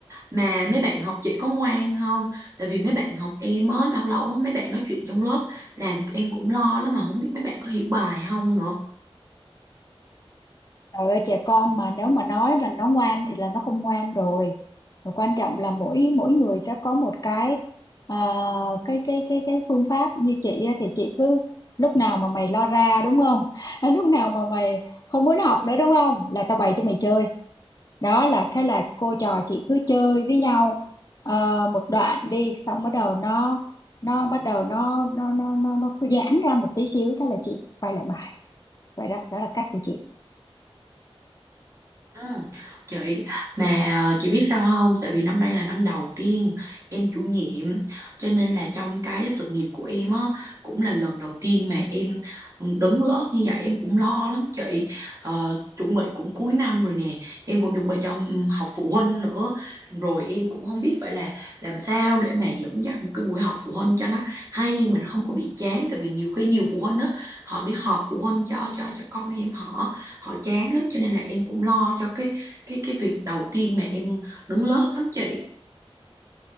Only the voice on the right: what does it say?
mà mấy bạn học chị có ngoan không tại vì mấy bạn học em á lâu lâu mấy bạn nói chuyện trong lớp làm em cũng lo lắm mà không biết mấy bạn có hiểu bài không nữa
Ừ. Chị mà ờ, chị biết sao không tại vì năm nay là năm đầu tiên em chủ nhiệm cho nên là trong cái sự nghiệp của em á cũng là lần đầu tiên mà em đứng lớp như vậy em cũng lo lắm chị ờ, chuẩn bị cũng cuối năm rồi nè em cũng chuẩn bị cho học phụ huynh nữa rồi em cũng không biết phải là làm sao để mà dẫn dắt một cái buổi học phụ huynh cho nó hay mà nó không có bị chán tại vì nhiều khi nhiều phụ huynh á họ đi họp phụ huynh cho cho cho con em họ họ chán lắm cho nên là em cũng lo cho cái cái cái việc đầu tiên mà em đứng lớp lắm chị